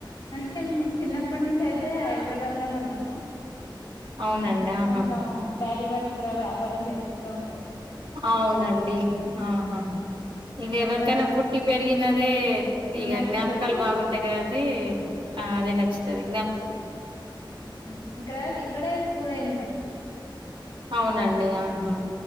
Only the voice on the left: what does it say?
అంటే నేను చిన్నప్పటి నుంచి అయితే హైదరాబాద్ లోనే ఉన్నాను
అంటే
కొంచెం డాడీ వాళ్ళు ఇక్కడ వ్యాపారం చేసుకుంటా ఉంటారు
అట్లా
నచ్చుతది
మ్ ఇక్కడ ఇక్కడే స్కూల్ అయింది నాది